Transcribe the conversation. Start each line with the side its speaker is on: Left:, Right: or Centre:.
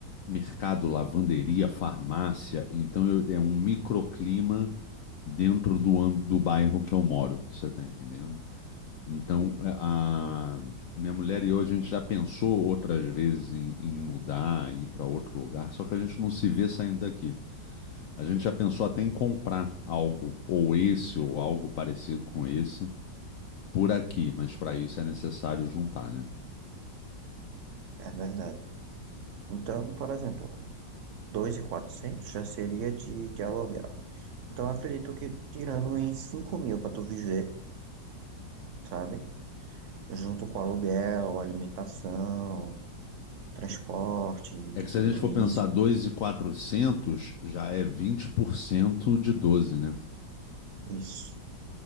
Left: mercado, lavanderia, farmácia. Então, eu- é um microclima dentro do, do bairro que eu moro, você está entendendo? Então, a, a- minha mulher e eu, a gente já pensou outras vezes em, em mudar, ir para outro lugar, só que a gente não se vê saindo daqui. A gente já pensou até em comprar algo, ou esse, ou algo parecido com esse, por aqui, mas para isso é necessário juntar, né?
Right: é verdade. Então, por exemplo, 2.400 já seria de, de aluguel. Então, eu acredito que tirando em 5 mil para tu viver, sabe? Junto com aluguel, alimentação, transporte,
Left: É
Right: de
Left: que
Right: tudo
Left: se a gente for
Right: isso.
Left: pensar 2.400 já é 20% de 12, né?
Right: Isso,